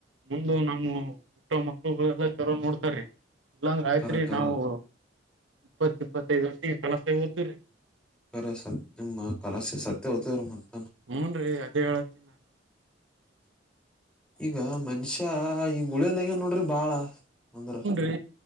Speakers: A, on the right (about 85°); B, in the centre.
A: ಮುಂದು ನಮ್ಮ ಹುಟ್ಟ ಮಕ್ಕಳುಗಳೆಲ್ಲ ಚರ ನೋಡ್ತಾರೆ ಇಲ್ಲ
B: ಕರೆ
A: ತ್ರಿ
B: ಕರೆ
A: ನಾವು ಇಪ್ಪತ್ ಇಪ್ಪತ್ತೈದು ವರ್ಷಗ ಕೆಲಸ ಹೋತವೀ
B: ಕರೆ ಸ ನಿಮ್ಮ ಕಲಸ್ಯ ಸತ್ಯ ಹತ್ರ ಮ
A: ಹ್ಞನ್ ರೀ ಅದೇ ಹೇಳತೀನಿ ನಾನು
B: ಈಗ ಮನುಷ್ಯ ಈ ಗುಳಲ್ಗನ್ ನೋಡ್ರಿ ಬಾಳ ಅಂದ್ರ
A: ಹನ್ರಿ